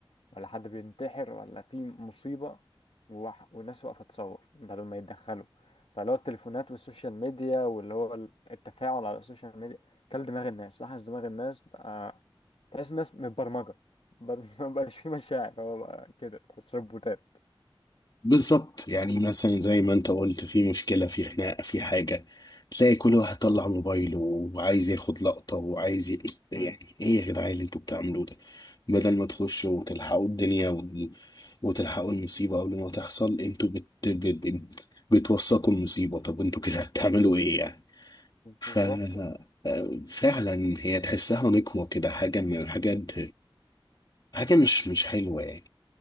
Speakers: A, on the left (about 85°); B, on the left (about 50°).
A: ولا حد بينتحر ولا في مصيبة وح- والناس واقفة تصور بدل ما يتدخلوا فاللي هو التليفونات والسوشيال ميديا واللي هو التفاعل على السوشيال ميديا كل دماغ الناس لاحظ دماغ الناس بقى تحس الناس متبرمجة بدل <laughs> ما بقاش فيه مشاعر هو بقى كده تحس روبوتات
B: بالظبط يعني مثلا زي ما انت قلت في مشكلة في خناقة في حاجة تلاقي كل واحد طلع موبايله وعايز ياخد لقطة وعايز ي... يعني
A: امم
B: ايه يا جدعان اللي انتوا بتعملوه ده بدل ما تخشوا وتلحقوا الدنيا و- وتلحقوا المصيبة قبل ما تحصل انتوا بت... ب... ب... بتوثقوا المصيبة طب انتوا كده <laughs> هتعملوا ايه يعني ف
A: بالظبط
B: آه، فعلا هي تحسها نقمة كده حاجة من الحاجات حاجة مش مش حلوة يعني